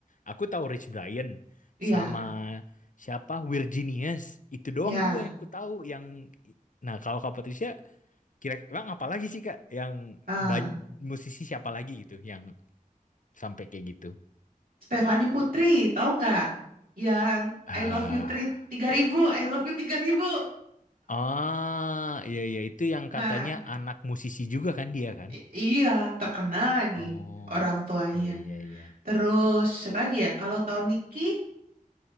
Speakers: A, on the left; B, on the right.
A: aku tahu Rich Brian
B: Iya,
A: sama siapa Virginius itu doang
B: ya.
A: dua yang ku tahu yang nah kalau Kak Patricia kira emang apa lagi sih Kak yang
B: Ah,
A: ban- musisi siapa lagi gitu yang sampai kayak gitu.
B: Stefani Putri, tahu nggak? Yang
A: Ah,
B: I love you tri- 3000, I love you 3000.
A: ah iya iya itu yang
B: Nah,
A: katanya anak musisi juga kan dia kan?
B: i- iya, terkenal lagi
A: Oh,
B: orang tuanya.
A: iya iya iya.
B: Terus siapa lagi ya? Kalau tahu Niki,